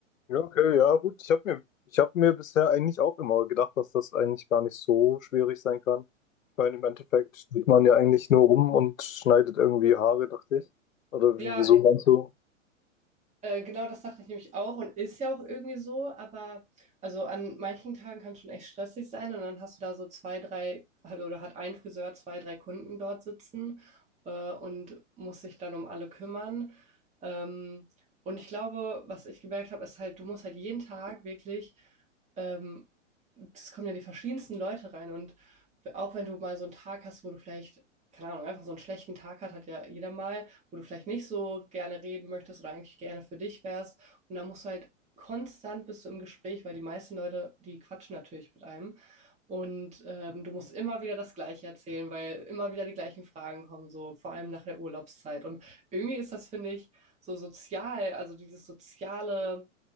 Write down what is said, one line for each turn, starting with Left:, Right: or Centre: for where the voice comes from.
Left: Ja, okay, ja, gut. Ich habe mir, ich hab mir bisher eigentlich auch immer gedacht, dass das eigentlich gar nicht so schwierig sein kann. Ich meine, im Endeffekt steht man ja eigentlich nur rum und schneidet irgendwie Haare, dachte ich. Oder
Right: Ja,
Left: wie, wieso meinst du?
Right: Äh, genau, das dachte ich nämlich auch und ist ja auch irgendwie so, aber also an manchen Tagen kann es schon echt stressig sein und dann hast du da so zwei, drei also, oder hat ein Friseur zwei, drei Kunden dort sitzen äh, und muss sich dann um alle kümmern. Ähm, und ich glaube, was ich gemerkt habe, ist halt, du musst halt jeden Tag wirklich ähm, es kommen ja die verschiedensten Leute rein. Und auch wenn du mal so einen Tag hast, wo du vielleicht, keine Ahnung, einfach so einen schlechten Tag hat, hat ja jeder mal, wo du vielleicht nicht so gerne reden möchtest oder eigentlich gerne für dich wärst. Und da musst du halt konstant bist du im Gespräch, weil die meisten Leute, die quatschen natürlich mit einem. Und ähm, du musst immer wieder das Gleiche erzählen, weil immer wieder die gleichen Fragen kommen, so vor allem nach der Urlaubszeit. Und irgendwie ist das, finde ich, so sozial, also dieses soziale